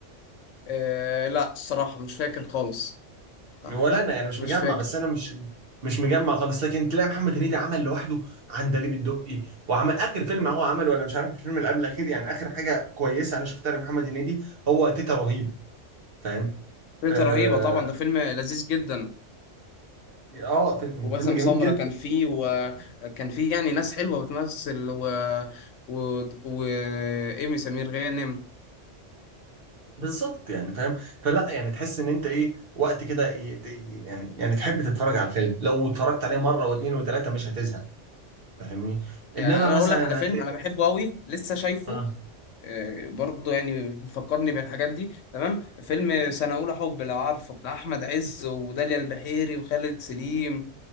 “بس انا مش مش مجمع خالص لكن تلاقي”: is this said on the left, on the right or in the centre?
Right